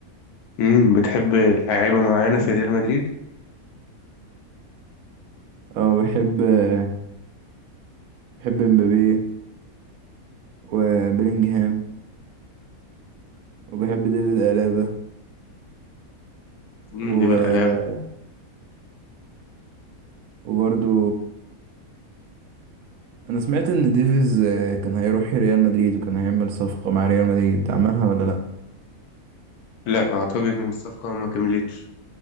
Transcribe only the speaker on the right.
اه بحب آه، بحب مبابي وبيلينجهام وبحب ديفيد ألابا و...
وبرضو انا سمعت ان ديفيز آه، كان هيروح ريال مدريد وكان هيعمل صفقة مع ريال مدريد عملها ولا لا